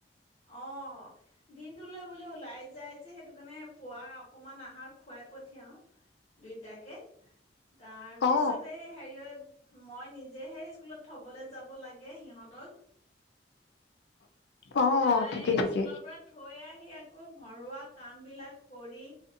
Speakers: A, on the left; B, on the left.
A: অ, দিনটোলৈ বোলে ওলাই যাই যে সেইটো কাৰণে পোৱা অকমান আহাৰ খুৱাই পঠিয়াও দুইটাক। কে তাৰ পিছতে
B: অ
A: হেৰি, মই নিজেহে স্কুলত থবলৈ যাব লাগে সিহঁতক।
B: অ
A: নাই
B: ঠিকে ঠিকে
A: স্কুলৰ পৰা থৈ আহি আকৌ ঘৰুৱা কাম বিলাক কৰি